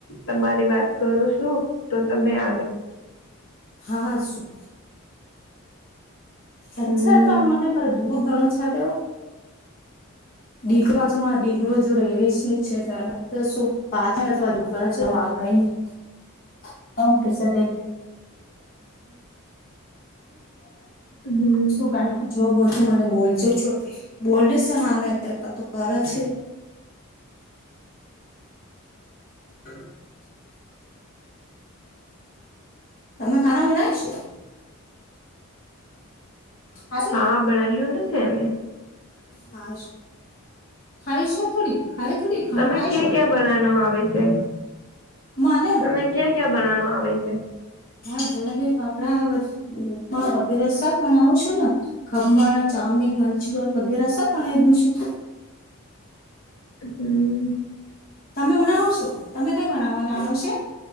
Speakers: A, on the left; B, on the left.
A: તમારી વાત કરું શું તો તમે <inaudible>
B: હા હા શું? અચ્છા
A: હમ
B: <unintelligible> <unintelligible> <unintelligible> બોલ કે શું
A: હમ
B: ક જો બો તો મને બોલજો છો બોલ છે <inaudible> તો કર છે. <unintelligible> તમે ખાના બનાવીશું. ખાશું
A: હા <inaudible> ને છેમે
B: હા ખાય શ થોડી ખાય થોડી. ખાણું
A: તમે
B: ખાઈશું
A: ક્યાં ક્યાં બનાવનું આવે છે
B: મને
A: તમે ક્યાં ક્યાં બનાવનું આવે છે?
B: હા જલેબી ફાફડા વગેરે <inaudible> છો ને. ખમણ, ચામીન મંચુરલ વગેરે <inaudible> દું છું.
A: હમ
B: તમે ભણાવો છો તમે કઈ ભણાવો રાણોશે